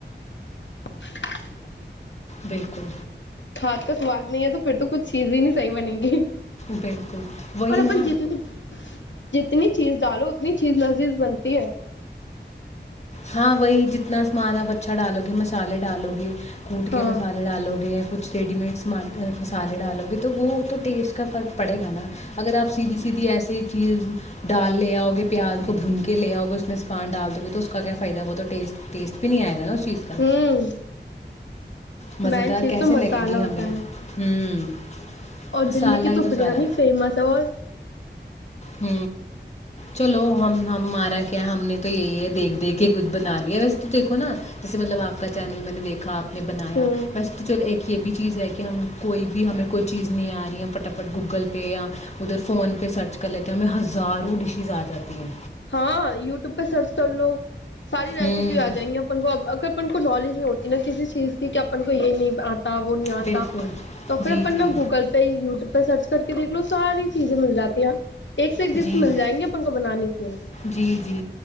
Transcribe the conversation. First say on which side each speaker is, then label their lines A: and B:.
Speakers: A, on the left; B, on the left.
A: <unintelligible>
B: بالکل
A: سواد ہاتھ کا سواد نہیں ہے تو پھر تو کچھ چیز ہی نہیں صحی بنےیں گی
B: بالکل وہی
A: اور اپن
B: نا
A: جتنی جتنی چیز ڈالو اتنی چیز لذیذ بنتی ہے
B: ہاں وہی جتنا سامان آپ اچھا ڈالو گے مسالے ڈالو گے کوٹ
A: ہاں
B: کے مسالے ڈالو گے کچھ ریڈی میڈ مسالے ڈالو گے تو وہ تو ٹیسٹ کا فرق پڑے گا نا اگر آپ سیدھی سیدھی ایسی چیز ڈال لے آؤگے پیاز کو بھون کے لے آؤ گے اسس میں سے پان ڈال دو گے تو اس کا کیا فائد وہہ تو ٹیسٹ ٹیسٹ بھی نہیں آئے گ ہے نا چیز کا
A: ہوں
B: مزیدار
A: مین چیز
B: کیسے
A: تو مسالہ
B: لگے گی ہمیں
A: ہوتا ہے
B: ہوں
A: اور
B: مصالحہ
A: دلی کی
B: ہی
A: تو بریانی
B: سارا
A: فیمس ہے اور
B: ہ چلو ہم ہم ہمارا کیا ہم نے تو یہی ہے دیکھ دیکھ کے کچھ بنا لیا ویسے تو دیکھو نا جیسے مطلب آپ کا چینل میں نے دیکھا آپ نے بنایا
A: ہوں
B: بسے تو چل ایک یہ بھی چیز ہے کہ ہم کوئی بھی ہمیں کوئی چیز نہیں آ رہی ہے ہم پھٹافٹ گوگل پہ یا ادھر فون پہ سرچ کل کہ ہمیں ہزاروں ڈشیز آ جاتی ہیں
A: ہاں یوٹیوب پہ سرچ کر لو ساری ریسیپی
B: ہوں
A: آ جائیںی اپن کو اگرن نالج نہیں ہوتی نا کسی چیز کی کہ اپن کو یہ نہیں آتی وہ نہیں آتا
B: بالکل
A: تو پھر
B: جی
A: اپن
B: جی
A: نا گوگل پہ یوٹیوب پہ سرچ کر کے دیکھ لو ساری چیزیں مل جاتی ہیں ایک سے ایک ڈس
B: جی
A: مل جائیں گے پنکھ بنانے کے لیے
B: جی جی